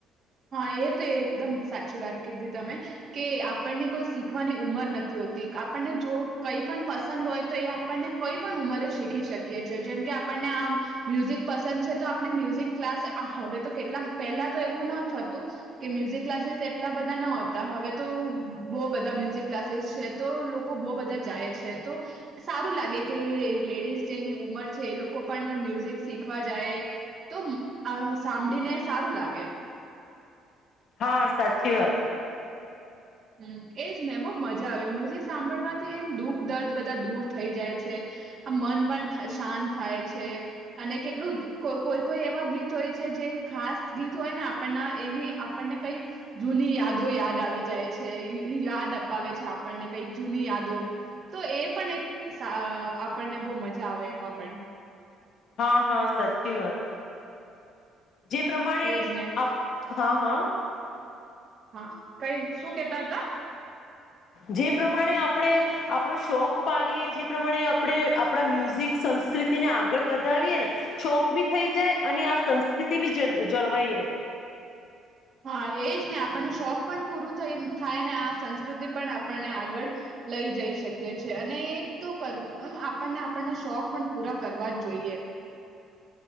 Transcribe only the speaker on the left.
હા સાચી વાત.
હા હા સાચી વાત. જે પ્રમાણે
આપ હા હા.
જે પ્રમાણે આપણે આપણો શોખ પાલીએ જે પ્રમાણે આપણે આપણા મ્યુઝિક સંસ્કૃતિને આગળ વધાવીએ ને શોખ બી થઈ જાય અને આ સંસ્કૃતિ બી જ જળવાઈ રે.